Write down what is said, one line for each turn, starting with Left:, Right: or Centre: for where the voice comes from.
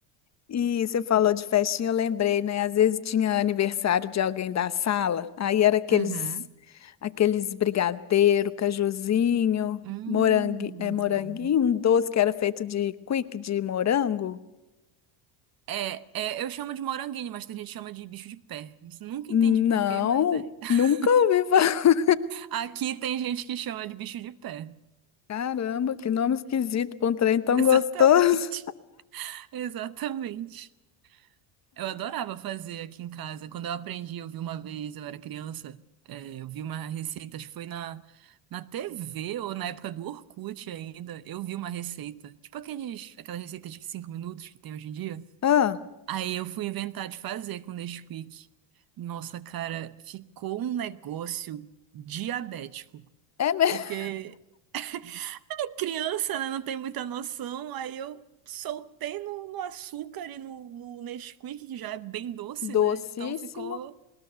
Left: E você falou de festinha, eu lembrei, né? Às vezes tinha aniversário de alguém da sala, aí era aqueles
Right: Uhum.
Left: aqueles brigadeiro, cajuzinho,
Right: Hum,
Left: morangue, é
Right: muito
Left: moranguinho,
Right: bom.
Left: um doce que era feito de quick de morango.
Right: É, é, eu chamo de moranguinho, mas tem gente que chama de bicho de pé. Isso eu Nunca
Left: Não,
Right: entendi por quê, mas é. <laughs>
Left: nunca ouvi falar.
Right: Aqui tem gente que chama de bicho de pé.
Left: <laughs> Caramba, que nome esquisito para um trem tão
Right: <laughs> Exatamente.
Left: gostoso.
Right: Exatamente. Eu adorava fazer aqui em casa. Quando eu aprendi, eu vi uma vez, eu era criança, é, eu vi uma receita, acho que foi na, na TV ou na época do Orkut ainda. Eu vi uma receita. Tipo aqueles, aquela receita de cinco minutos que tem hoje em dia.
Left: Ah,
Right: Aí eu fui inventar de fazer com Nesquik. Nossa, cara, ficou um negócio diabético.
Left: é mesmo?
Right: Porque é criança, né? Não tem muita noção. Aí eu soltei no, no açúcar e no, no Nesquik, que já é bem doce,
Left: Docíssimo?
Right: né? Então ficou.